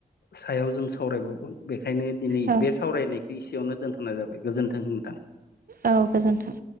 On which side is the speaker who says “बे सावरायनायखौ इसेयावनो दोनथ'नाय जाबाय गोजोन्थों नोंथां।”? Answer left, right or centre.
Left